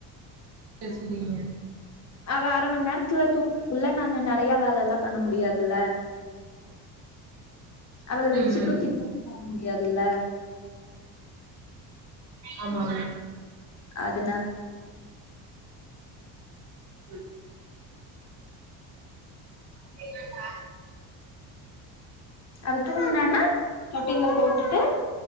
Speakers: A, on the right; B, on the left.
A: பேசுவீங்க
B: அவா அரை மணி நேரத்துல தூக்குள்ள நானு நிறைய வேலல்லா பண்ண முடியாதுல்ல அவள வச்சுட்டும்
A: ம் ம்
B: கிச்சன்கு போ முடியாதுல்ல
A: ஆமா
B: அதுனால
A: ம் அப்படியே தா
B: அவ தூங்குனான்னா தொட்டில போட்டுட்டு